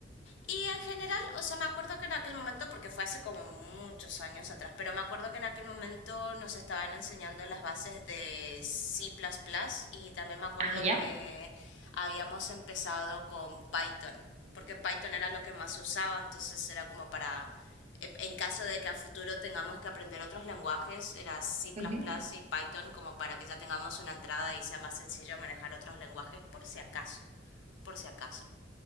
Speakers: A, on the left (about 75°); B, on the right (about 35°).
A: Y en general, o sea, me acuerdo que en aquel momento, porque fue hace como muchos años atrás, pero me acuerdo que en aquel momento nos estaban enseñando las bases de C++ plus plus y también me acuerdo
B: Ah, ya.
A: que habíamos empezado con Python, porque Python era lo que más se usaba, entonces era como para, eh, en caso de que a futuro tengamos que aprender otros lenguajes, era C++ plus
B: Ujú.
A: plus y Python como para que ya tengamos una entrada y sea más sencillo manejar otros lenguajes por si acaso, por si acaso.